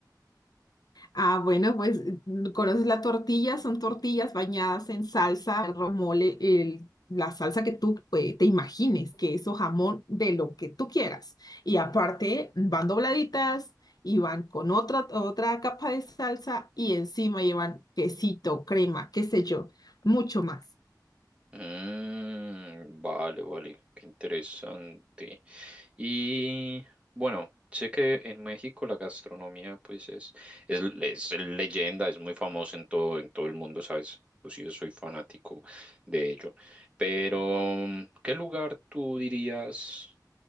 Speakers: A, on the left (about 60°); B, on the right (about 15°).
A: Ah, bueno, pues mm, conoces la tortilla, son tortillas bañadas en salsa, el romole, el, la salsa que tú eh, te imagines, queso, jamón, de lo que tú quieras. Y aparte van dobladitas y van con otra, otra capa de salsa y encima llevan quesito, crema, qué sé yo, mucho más.
B: Mm, vale, vale, qué interesante. Y bueno, sé que en México la gastronomía pues es, es, es leyenda, es muy famosa en todo, en todo el mundo, ¿sabes? Inclusive soy fanático de ello. Pero, ¿qué lugar tú dirías?